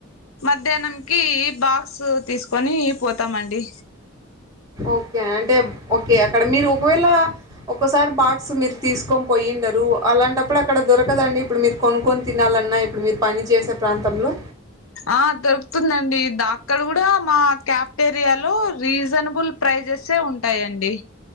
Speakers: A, on the left (about 80°); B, on the right (about 20°).
A: మధ్యాహ్నం కి బాక్స్ తీసుకొని పోతామండి
B: ఓకే అంటే ఓకే అక్కడ మీరు ఒకవేళ ఒక్కసారి బాక్స్ మీరు తీసుకొని పోయిండరు అలాంటప్పుడు అక్కడ దొరకదండి ఇప్పుడు మీరు కొనుక్కొని తినాలన్నా ఇప్పుడు మీరు పని చేసే ప్రాంతంలో
A: ఆ దొరుకుతుందండి ఆ అక్కడ కూడా మా క్యాఫ్టేరియాలో రీజనబుల్ ప్రైజెసే ఉంటాయండి